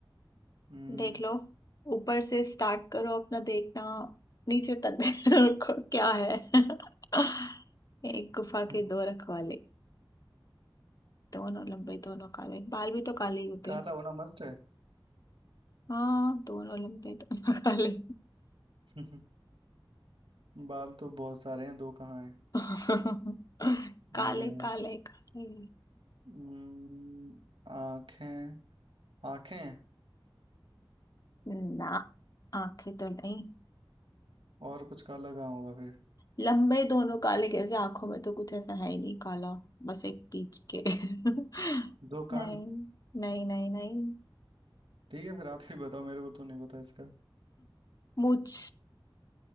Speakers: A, on the right; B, on the left.
A: हम्म
B: देख लो ऊपर से स्टार्ट करो अपना देखना नीचे तक <laughs> देखो क्या है <laughs> एक गुफा
A: हम्म,
B: के दो रखवाले दोनों लंबे दोनों काले बाल भी तो काले ही होते
A: काला
B: हैं
A: होना मस्त है
B: हाँ दोनों लंबे दोनों <laughs> काले
A: <laughs> बाल तो बहुत सारे हैं दो कहाँ हैं
B: <laughs> काले
A: अरे यार
B: काले काले
A: हम्म, आंखें आंखें हैं,
B: ना आंखें तो नहीं
A: और कुछ काला कहाँ होगा फिर
B: लंबे दोनों काले कैसे आंखों में तो कुछ ऐसा है ही नहीं काला बस एक पीच के <laughs>
A: दो
B: नहीं
A: कान
B: नहीं नहीं नहीं
A: ठीक है फिर आप ही बताओ मेरे को तो नहीं पता इसका
B: <laughs> मुझ